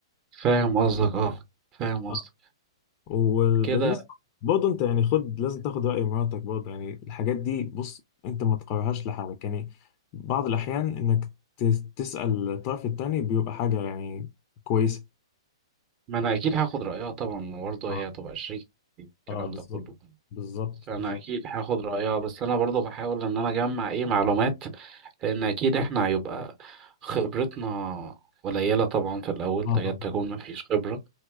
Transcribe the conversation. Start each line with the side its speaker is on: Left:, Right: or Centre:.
Right: فاهم قصدك أه فاهم
Left: اه
Right: قصدك
Left: وبالنسبة
Right: كده
Left: برضه انت يعني خد لازم تاخد رأي مراتك برضه يعني الحاجات دي بص انت ما تقررهاش لحالك يعني بعض الأحيان انك تس- تسأل الطرف التاني بيبقى حاجة يعني كويسة
Right: ما أنا أكيد هاخد رأيها طبعا برضه
Left: اه
Right: هي هتبقى شريك في الكلام
Left: اه بالظبط
Right: ده كله
Left: بالظبط
Right: انا
Left: بالظبط
Right: اكيد هاخد رايها بس انا برضو بحاول ان انا اجمع ايه معلومات لان اكيد احنا هيبقى خبرتنا قليله طبعا في الاول
Left: اه
Right: تكاد تكون مفيش خبره